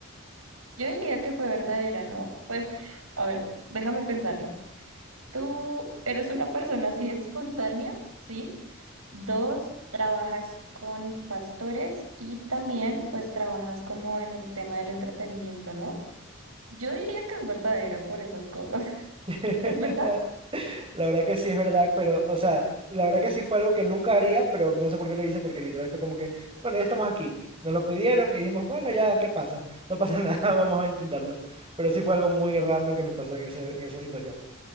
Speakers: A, on the right; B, on the right.
A: Yo diría que fue verdadera, ¿no? Pues, a ver, déjame pensarlo. Tú eres una persona así espontánea, ¿sí? Dos, trabajas con pastores y también pues trabajas como en el tema del entretenimiento, ¿no? Yo diría que es verdadera por esas cosas. <laughs>
B: <laughs>
A: ¿Es verdad?
B: La verdad que sí es verdad, pero, o sea, la verdad que sí fue algo que nunca haría, pero no sé por qué lo hice, porque literal fue como que, bueno, ya estamos aquí, nos lo pidieron y dijimos, bueno, ya, ¿qué pasa? No pasa <laughs> nada, vamos a intentarlo. Pero sí fue algo muy random que me pasó en ese, en esa situación.